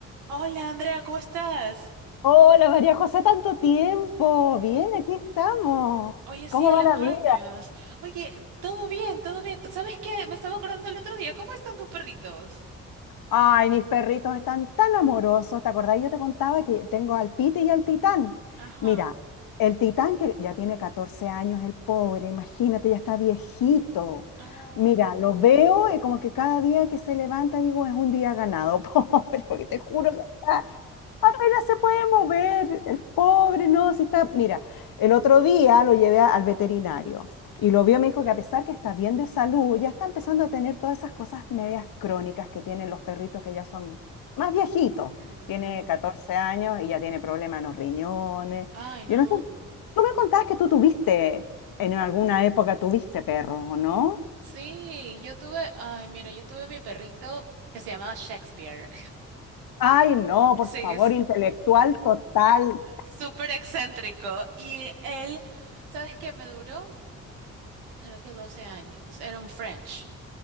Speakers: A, on the right; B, on the left.
A: Hola Andrea, ¿cómo estás?
B: Hola María José, tanto tiempo. Bien, aquí estamos.
A: Oye, sí,
B: ¿Cómo
A: a
B: va
A: los
B: la
A: años.
B: vida?
A: Oye, todo bien, todo bien. ¿Sabes qué? Me estaba acordando el otro día. ¿Cómo están tus perritos?
B: Ay, mis perritos están tan amorosos. ¿Te acordás? Yo te contaba que tengo al Pite y al Titán.
A: Ajá.
B: Mira, el Titán que ya tiene 14 años, el pobre, imagínate, ya está viejito.
A: Mm,
B: Mira, lo veo y como que cada día que se levanta digo, es un día ganado, <laughs> pobre, porque te juro que está apenas se puede mover, el pobre, no, si está, mira, el otro día lo llevé a- al veterinario y lo vio, me dijo que a pesar que está bien de salud, ya está empezando a tener todas esas cosas medias crónicas que tienen los perritos que ya son más viejitos.
A: mm.
B: Tiene 14 años y ya tiene problemas en los riñones.
A: Ay, no.
B: Yo no sé, tú me contabas que tú tuviste, en alguna época tuviste perros, ¿o no?
A: Sí, yo tuve, ay, mira, yo tuve mi perrito que se llamaba Shakespeare.
B: Ay, no, por
A: <laughs> Sí,
B: favor,
A: es
B: intelectual total.
A: súper excéntrico. Y él, ¿sabes qué? Me duró, creo que 12 años. Era un French.